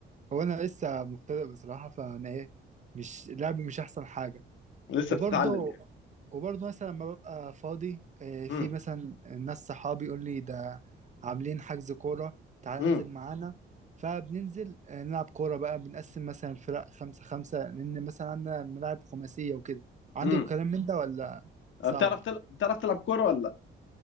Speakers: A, on the right; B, on the left.
A: هو انا لسه مبتدئ بصراحة فانا ايه مش لعبي مش احسن حاجة
B: لسه
A: وبرضه
B: بتتعلم يعني
A: وبرضه مثلا لما ببقى فاضي آه، في
B: امم
A: مثلا ناس صحابي يقول لي ده عاملين حجز كورة تعال
B: امم
A: انزل معانا فبننزل آه، نلعب كورة بقى بنقسم مثلا الفرق خمسة خمسة لأن مثلا عندنا الملاعب خماسية وكده عندك
B: امم
A: الكلام من ده ولا صعب؟
B: بتعرف تلعب بتعرف تلعب كوره ولا لا